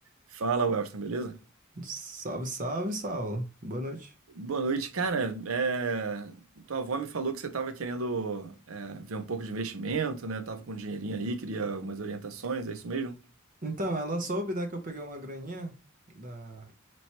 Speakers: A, on the right; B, on the right.
A: Fala, Welston, beleza?
B: Salve, salve, Saulo. Boa noite.
A: Boa noite, cara. é, Tua avó me falou que você estava querendo é, ver um pouco de investimento, né? Tava com um dinheirinho aí, queria umas orientações, é isso mesmo?
B: Então, ela soube, né, que eu peguei uma graninha da